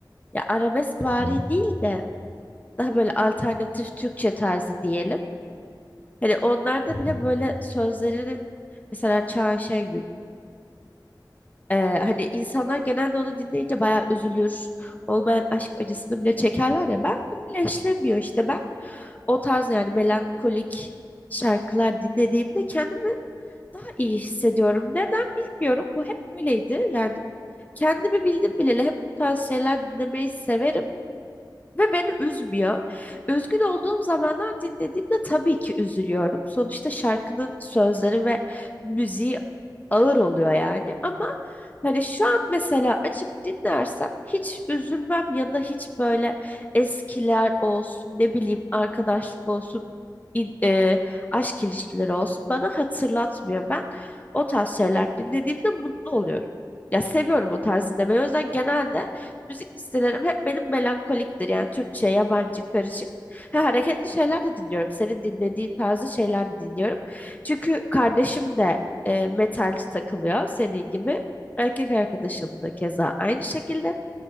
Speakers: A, on the left; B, on the right.
A: Ya arabesk vari
B: Hı hı.
A: değil de daha böyle alternatif Türkçe tarzı diyelim. Hani onlarda
B: hı
A: bile
B: hı.
A: böyle sözlerinin mesela Çağın Şengül. e, hani insanlar genelde onu dinleyince bayağı üzülür. Olmayan aşk acısını bile çekerler ya. Ben de öyle işlemiyor işte. Ben o tarz yani melankolik şarkılar dinlediğimde kendimi daha iyi hissediyorum. Neden bilmiyorum. Bu hep böyleydi. Yani kendimi bildim bileli hep bu tarz şeyler dinlemeyi severim ve beni üzmüyor. Üzgün olduğum zamanlar dinlediğimde tabii ki üzülüyorum. Sonuçta şarkının sözleri ve müziği ağır oluyor yani ama hani şu an mesela açıp dinlersem hiç üzülmem ya da hiç böyle eskiler olsun ne bileyim arkadaşlık olsun in- e, aşk ilişkileri olsun bana hatırlatmıyor. Ben o tarz şeyler dinlediğimde mutlu oluyorum. Ya seviyorum o tarz dinlemeyi. O yüzden genelde müzik listelerim hep benim melankoliktir. Yani Türkçe, yabancı, karışık. Ha, hareketli şeyler de dinliyorum. Senin dinlediğin tarzı şeyler de dinliyorum. Çünkü kardeşim de e, metalci takılıyor senin gibi. Erkek arkadaşım da keza aynı şekilde.